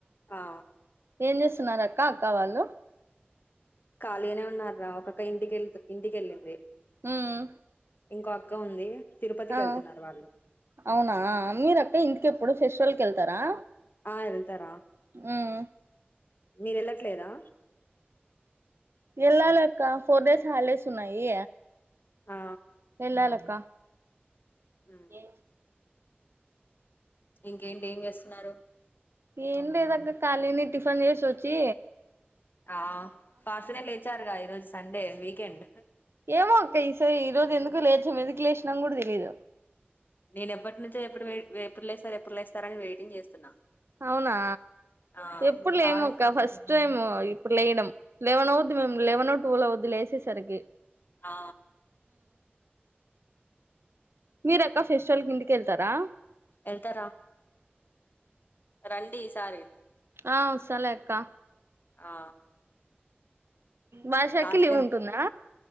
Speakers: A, on the left; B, on the right.
A: ఆ
B: ఏం చేస్తున్నారక్క అక్క వాళ్ళు
A: ఖాళీ గనే ఉన్నారు రా అక్క ఇంటికెళ్ ఇంటికెళ్ళింది
B: ఉమ్
A: ఇంకో అక్క ఉంది తిరుపతికి
B: ఆ
A: వెళ్తున్నారు వాళ్ళు
B: అవునా మీరక్క ఇంటికేప్ ప్పుడు ఫెస్టివల్కి వెళ్తారా
A: ఆ వెళ్తారా
B: ఉమ్
A: మీరు వెళ్ళట్లేదా
B: ఎళ్లాలక్క ఫోర్ డేస్ హాలిడేస్ ఉన్నాయి
A: ఆ
B: ఎళ్ళాలక్క
A: ఉమ్.
B: ఎం
A: ఇంకేంటి ఏం చేస్తున్నారు
B: ఏం లేదక్క ఖాళీనే టిఫిన్ చేసోచ్చి
A: ఆ ఫాస్ట్నే లేయిచారుగా ఈరోజు సండే వీకేండ్
B: ఏమో అక్క ఈసారి ఈ రోజు ఎందుకు లేచాం ఎందుకు లేచినాం కూడా తెలీదు.
A: నేన్ ఎప్పటి నుంచో ఎప్పుడు వే ఎప్పుడు లేస్తారు ఎప్పుడు లేస్తారా అని వెయిటింగ్ చేస్తున్నా.
B: అవునా
A: ఆ
B: ఎప్పుడు లేమక్క
A: కాల్
B: ఫస్ట్ టైము ఇప్పుడు లేయడం. లెవన్ అవుద్ది మేమ్ లెవెనో ట్వీవాలో అవద్ది లేసేసరికి
A: ఆ
B: మీరేక్క ఫెస్టివల్ కి ఇంటికి యేళ్తారా
A: ఎళ్తారా రండి ఈ సారి
B: ఆ వస్తాలే అక్క
A: ఆ
B: బాషాకి
A: లాస్ట్
B: లివ్
A: టైం
B: ఉంటుందా